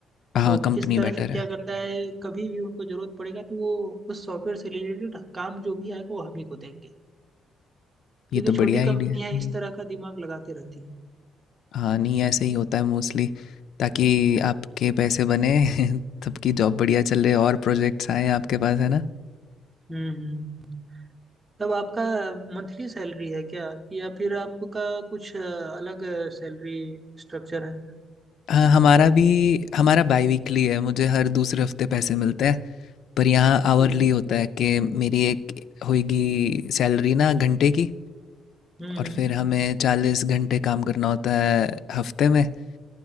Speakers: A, on the left; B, on the right.
A: हाँ
B: तो
A: कंपनी
B: इस तरह
A: बेटर
B: से क्या
A: है
B: करता है कभी भी उनको जरूरत पड़ेगा तो वो उस सॉफ्टवेयर से रिलेटेड काम जो भी आएगा वो हम ही को देंगे क्योंकि
A: ये तो
B: छोटी
A: बढ़िया आइडिया
B: कंपनी है
A: है।
B: इस तरह का दिमाग लगाते रहती है
A: हाँ नहीं ऐसे ही होता है मोस्टली ताकि आपके पैसे बने <laughs> सबकी जॉब बढ़िया चल रही है और प्रोजेक्ट्स आए आपके पास है ना
B: हम्म हम्म। तब आपका मंथली सैलरी है क्या कि या फिर आपका कुछ अ, अलग सैलरी स्ट्रक्चर है
A: हाँ हमारा भी हमारा बाई वीकली है मुझे हर दूसरे हफ्ते पैसे मिलते हैं पर यहाँ आवरली
B: ओ
A: होता है कि मेरी एक होगी सैलरी ना घंटे की
B: हम्म
A: और
B: हम्म,
A: फिर हमें चालीस घंटे काम करना होता है हफ्ते में और